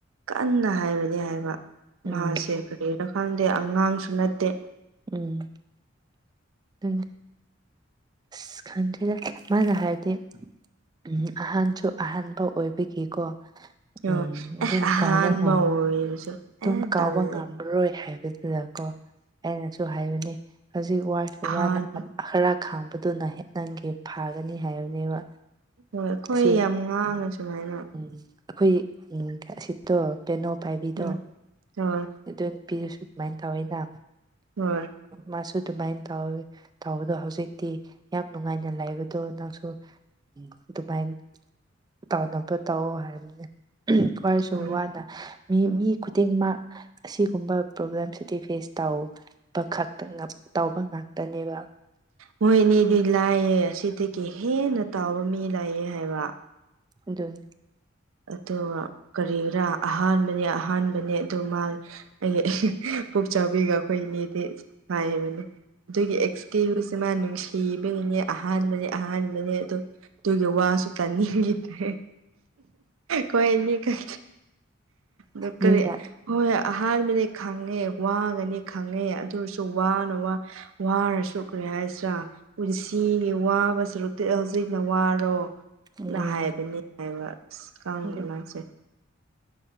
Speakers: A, on the right; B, on the right.
A: ꯀꯟꯅ ꯍꯥꯏꯕꯅꯤ ꯍꯥꯏꯕ
B: ꯎꯝ
A: ꯃꯥꯁꯦ ꯀꯔꯤꯔꯥ ꯈꯪꯗꯦ ꯑꯉꯥꯡꯁꯨ ꯅꯠꯇꯦ
B: ꯎꯝ ꯎ ꯑꯁ ꯈꯪꯗ꯭ꯦꯗ ꯃꯥꯅ ꯍꯥꯏꯔꯗꯤ ꯎꯝ ꯑꯍꯟꯁꯨ ꯑꯍꯥꯟꯕ ꯑꯣꯏꯕꯒꯤꯀꯣ
A: ꯑꯣ
B: ꯎꯝ ꯑꯗꯨꯝ
A: ꯑꯦ ꯑꯍꯥꯟꯕ
B: ꯀꯥꯎꯕ ꯑꯗꯨꯝ
A: ꯑꯣꯏꯔꯁꯨ ꯑꯦ
B: ꯀꯥꯎꯕ
A: ꯇꯜꯂꯦ
B: ꯉꯝꯃꯔꯣꯏ ꯍꯥꯏꯕꯗꯨꯗ ꯀ ꯑꯩꯅꯁꯨ ꯍꯥꯏꯕꯅꯤ ꯍꯧꯖꯤꯛ ꯋꯥꯁꯨ
A: ꯑꯍꯥꯟꯕ
B: ꯋꯥꯅ ꯈꯔ ꯈꯥꯡꯕꯗꯨꯅ ꯍ ꯅꯪꯒꯤ ꯐꯥꯒꯅꯤ ꯍꯥꯏꯔ ꯕ
A: ꯍꯣꯏ ꯑꯩꯈꯣꯏ
B: ꯑꯁꯤ
A: ꯌꯥꯝ ꯉꯥꯡꯉꯦ ꯁꯨꯃꯥꯏꯅ
B: ꯎꯝ ꯑꯩꯈꯣꯏ ꯎ ꯑꯁꯤꯗꯣ ꯄꯕꯦꯅꯣ ꯄꯥꯏꯕꯤꯗꯣ
A: ꯎꯝ ꯍꯣꯏ
B: ꯑꯗꯨ ꯅꯨꯄꯤꯗꯨꯁꯨ ꯑꯗꯨꯃꯥꯏꯅ ꯇꯧꯋꯦꯅ
A: ꯍꯣꯏ
B: ꯃꯥꯁꯨ ꯑꯗꯨꯃꯥꯏꯅ ꯇꯧꯋꯤ ꯇꯧꯕꯗꯣ ꯍꯧꯖꯤꯛꯇꯤ ꯌꯥꯝ ꯅꯨꯡꯉꯥꯏꯅ ꯂꯩꯕꯗꯣ ꯅꯪꯁꯨ ꯑꯗꯨꯃꯥꯏꯅ ꯇꯧꯅꯕ ꯇꯧ ꯍꯥꯏꯕꯅꯦ ꯈꯔꯁꯨ
A: ꯎꯝ
B: ꯋꯥꯅ ꯃꯤ ꯃꯤ ꯈꯨꯗꯤꯡꯃꯛ ꯑꯁꯤꯒꯨꯝꯕ ꯄ꯭ꯔꯣꯕ꯭ꯂꯦꯝꯁꯤꯗꯤ ꯐꯦꯁ ꯇꯧꯕ ꯇꯧꯕ ꯉꯥꯛꯇꯅꯦꯕ
A: ꯃꯣꯏ ꯑꯅꯤꯗꯤ ꯂꯥꯏꯑꯦ ꯑꯁꯤꯗꯒꯤ ꯍꯦꯟꯅ ꯇꯥꯎꯕ ꯃꯤ ꯂꯥꯏꯑ ꯍꯥꯏꯕ
B: ꯑꯗꯨꯅꯤ
A: ꯑꯗꯨꯒ ꯀꯔꯤꯔꯥ ꯑꯍꯥꯟꯕꯅꯦ ꯑꯍꯥꯟꯕꯅꯦ ꯑꯗꯨ ꯃꯥ ꯑꯩ ꯄꯨꯛ ꯆ ꯆꯥꯎꯕꯤꯒ ꯑꯩꯈꯣꯏ ꯏꯅꯤꯗꯤ ꯍꯥꯏꯥꯏꯕꯅꯦ ꯑꯗꯨꯒꯤ ꯑꯦꯛꯁꯀ꯭ꯌꯨꯁꯁꯦ ꯃꯥ ꯁꯤ ꯊꯤꯕꯅꯤꯅꯦ ꯑꯍꯥꯟꯕꯅꯦ ꯑꯍꯥꯟꯕꯅꯦ ꯑꯗꯨ ꯑꯗꯨꯒꯤ ꯋꯥꯁꯨ ꯇꯥꯅꯤꯡꯈꯤꯗ꯭ꯔꯦ ꯀꯣꯏ ꯅ ꯀꯥꯏ ꯅꯨꯔꯤ
B: ꯃꯤꯅ
A: ꯍꯣꯏ ꯍꯣꯏ ꯑꯍꯥꯟꯕꯗꯤ ꯈꯪꯉꯦ ꯋꯥꯒꯅꯤ ꯈꯪꯉꯦ ꯑꯗꯨꯔꯁꯨ ꯋꯥꯅ ꯋꯥ ꯋꯥꯔ ꯁꯣꯛꯈ꯭ꯔꯦ ꯍꯥꯏꯁꯤꯔꯥ ꯄꯨꯟꯁꯤꯒꯤ ꯋꯥꯕꯕꯁꯤꯔꯨꯇꯤ ꯍꯧꯖꯤꯛꯅ ꯋꯥꯔꯣ
B: ꯎꯝ
A: ꯅ ꯍꯥꯏꯕꯅꯤ ꯍꯥꯏꯕ ꯑꯁ ꯀꯥꯡꯦ
B: ꯑꯗꯨ
A: ꯃꯥꯁꯦ